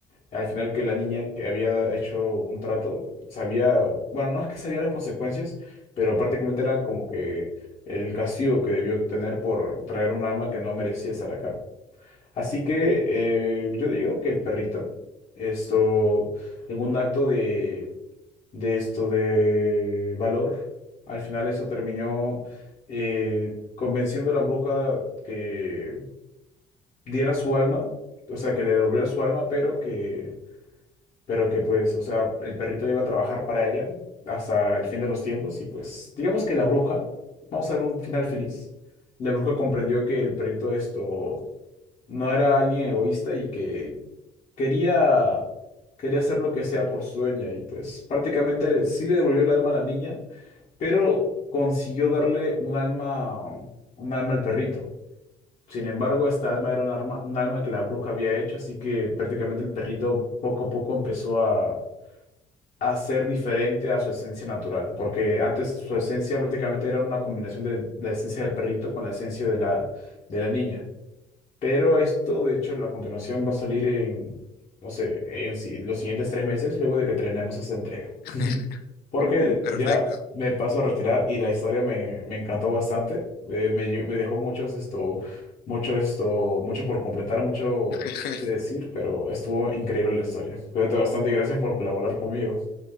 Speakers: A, on the left; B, on the left.
A: al final que la niña que había hecho un trato sabía, bueno, no es que sabía las consecuencias, pero prácticamente eran como que el castigo que debió tener por traer un alma que no merecía estar acá. Así que eh, yo digo que el perrito, esto, en un acto de de esto de valor. Al final eso terminó eh, convenciendo a la bruja que diera su alma, o sea, que le devolviera su alma, pero que, pero que pues, o sea, el perrito iba a trabajar para ella hasta el fin de los tiempos y pues, digamos que la bruja, vamos a darle un final feliz. La bruja comprendió que el perrito esto no era alguien egoísta y que quería quería hacer lo que sea por su dueña y pues prácticamente sí le devolvió el alma a la niña, pero consiguió darle un alma, un alma al perrito. Sin embargo, esta alma era un arma- un alma que la bruja había hecho, así que prácticamente el perrito poco a poco empezó a, a ser diferente a su esencia natural, porque antes su esencia prácticamente era una combinación de la esencia del perrito con la esencia de la, de la niña. Pero esto, de hecho, la continuación va a salir en, no sé, en si- los siguientes tres meses, luego de que terminemos esta entrega.
B: <laughs>
A: Porque
B: Perfecto.
A: ya me paso a retirar y la historia me, me encantó bastante. Eh, me, lle- me dejó muchos esto, mucho esto, mucho por completar, mucho
B: <laughs>
A: que decir, pero estuvo increíble la historia. Cuídate bastante y gracias por colaborar conmigo.